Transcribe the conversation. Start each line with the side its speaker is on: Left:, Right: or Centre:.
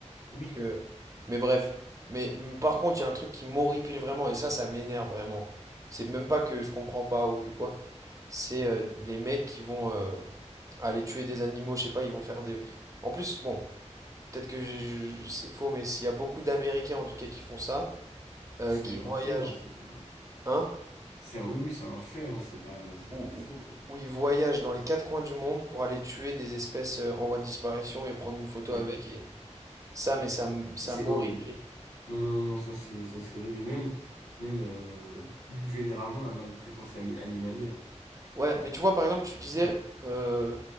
Left: Oui,
Right: que... Mais bref. Mais mm, par contre, il y a un truc qui m'horripile vraiment, et ça, ça m'énerve vraiment. C'est même pas que je comprends pas ou que quoi. C'est euh, les mecs qui vont euh, aller tuer des animaux, je sais pas, ils vont faire des... En plus, bon, peut-être que j'ai- je- c'est faux, mais s'il y a beaucoup d'Américains en tout cas qui font ça, euh,
Left: c'est
Right: qui voyagent...
Left: un fait, hein, c'est pas,
Right: Hein?
Left: c'est un, oui, oui, c'est un fait, hein, c'est pas, c'est
Right: Où,
Left: pas faux.
Right: où- où ils voyagent dans les quatre coins du monde pour aller tuer des espèces euh, en voie de disparition et prendre une photo
Left: Ouais,
Right: avec et ça, mais ça, m- ça
Left: c'est
Right: m'horripile.
Left: horrible. Non, non, non, ça c'est, ça c'est horrible. Et même, même euh, plus généralement, la maltraitance ami- animalière.
Right: Ouais, mais tu vois, par exemple, tu disais,
Left: Horrible.
Right: euh,